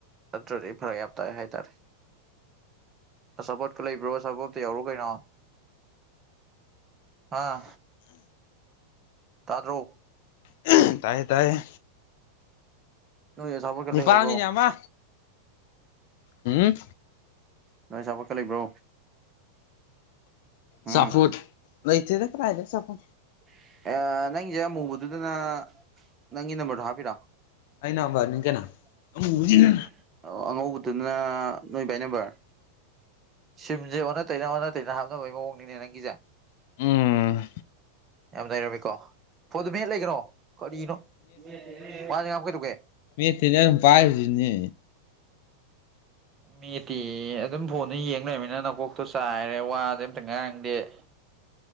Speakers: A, on the right (about 25°); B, on the left (about 50°).
A: ꯅꯠꯇ꯭ꯔꯗꯤ ꯑꯩ ꯐꯔꯛ ꯌꯥꯝ ꯇꯥꯏ ꯍꯥꯏ ꯇꯥꯔꯦ ꯑꯆꯥꯄꯣꯠꯀ ꯂꯩꯕ꯭ꯔꯣ ꯑꯆꯥꯄꯣꯠ ꯑꯝꯇ ꯌꯥꯎꯔꯛꯑꯣ ꯀꯩꯅꯣ ꯑꯥ ꯇꯥꯗ꯭ꯔꯣ
B: <unintelligible> ꯇꯥꯏꯌꯦ ꯇꯥꯏꯌꯦ
A: ꯅꯣꯏ ꯑꯆꯥꯥꯄꯣꯠꯀ
B: ꯅꯤꯄꯥꯝꯅꯤꯅꯦ
A: ꯂꯩꯍꯧꯕ꯭ꯔꯣ
B: ꯑꯃ ꯎꯝ
A: ꯅꯣꯏ ꯑꯆꯥꯄꯣꯠꯀ ꯂꯩꯕ꯭ꯔꯣ ꯎꯝ
B: ꯆꯥꯐꯨꯠ ꯂꯩꯇꯦꯗꯥ ꯀꯔꯥꯏꯗꯩ ꯑꯆꯥꯄꯣꯠꯅꯣ
A: <unintelligible> ꯅꯪꯒꯤꯁꯦ ꯑꯃꯨꯕꯗꯨꯗꯅ ꯅꯪꯒꯤ ꯅꯝꯕꯔꯗꯣ ꯍꯥꯞꯄꯤꯔꯣ <unintelligible>
B: ꯑꯩ ꯅꯝꯕꯔꯅꯤ ꯀꯩꯅꯣ ꯑꯃꯨꯕꯁꯤꯅ
A: ꯑꯉꯧꯕ <unintelligible> <unintelligible> ꯑꯗꯨꯅ ꯅꯣꯏ ꯕꯥꯏ ꯅꯝꯕꯔ ꯁꯤꯝꯁꯦ ꯑꯣꯟꯅ ꯇꯩꯅ ꯑꯣꯟꯅ ꯇꯩꯅ ꯍꯥꯞꯅꯕꯒꯤ ꯃꯑꯣꯡꯅꯤꯅꯦ ꯅꯪ ꯒꯤꯖꯦ
B: ꯎꯝ
A: ꯌꯥꯝ ꯅꯩꯔꯝꯃꯦꯀꯣ ꯐꯣꯟꯗꯨ ꯃꯦꯠ ꯂꯩꯒꯅꯣ ꯀꯔꯤꯅꯣ <unintelligible> ꯋꯥꯖꯦ ꯉꯥꯡꯕ ꯀꯩꯗꯧꯒꯦ
B: ꯃꯦꯠꯇꯦ ꯅꯪꯅ ꯄꯥꯏꯕꯖꯤꯅꯅꯦ
A: ꯃꯦꯠꯇꯤ ꯑꯗꯨꯝ ꯐꯣꯟꯗ ꯌꯦꯡ ꯂꯩꯃꯤꯅ ꯅꯀꯣꯛꯇꯣ ꯆꯥꯏꯔꯦ ꯋꯥꯗꯤ ꯑꯝꯇ ꯉꯥꯏꯔꯥꯡꯗꯦ <unintelligible>